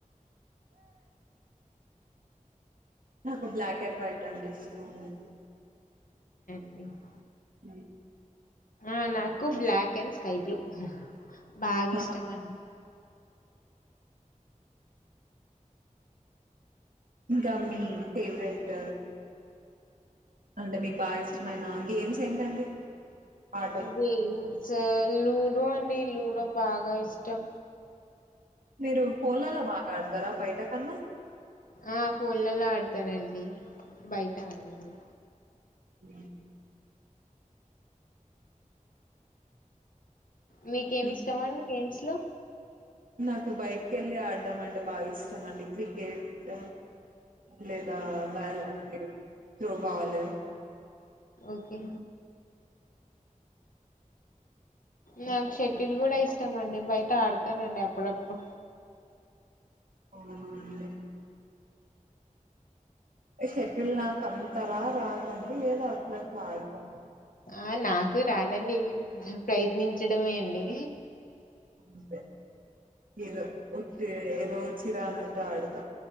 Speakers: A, on the right; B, on the left.
A: నాకు బ్లాక్ అండ్ వైట్ అంటే ఇష్ అవును
B: అ
A: ఉ
B: ఆ నాకు బ్లాక్ అండ్ స్కై బ్లూ బాగా
A: ఆహా
B: ఇష్టం అండి
A: ఇంకా మీ ఫేవరెట్ అంటే మీకు బాగా ఇష్టమైన గేమ్స్ ఏంటండి ఆటలు
B: ఇదీ సార్లుడో అన్ డి లుడో బాగా ఇష్టం
A: మీరు పోలలో బాగా ఆడ జరా బయటా కన్నా
B: ఆ ఫోన్లలో ఆడతానండి బయట అడనండి
A: అ
B: మీకేమి
A: మ్మ్.
B: ఇష్టం అండి గేమ్స్ లో
A: నాకు బయటకి వెళ్ళి ఆడడం అంటే బాగా ఇష్టం అండి క్రికెట్ లేదా బ అ త్రో బాల్
B: ఓకే నాకు షెటిల్ కూడా ఇష్టం వడి బయట అడుతనండి అప్పుడెప్పుడు
A: అవునా అండి షెటిల్ నాకు అంతలా రాదండి లేదా అట్ల అట్లా ఆడుతండి
B: ఆ నాకు రాదండి ప్రయత్నించడమే అండి
A: అంతే ఏదో వచ్చి ఏదో వచ్చి రానట్టు ఆడత